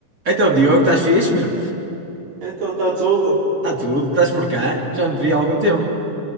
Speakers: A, on the right (about 25°); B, on the right (about 70°).
A: Então, Diogo, estás fixe, meu?
B: Então está tudo.
A: Está tudo, estás por cá? Já não te vi há algum tempo.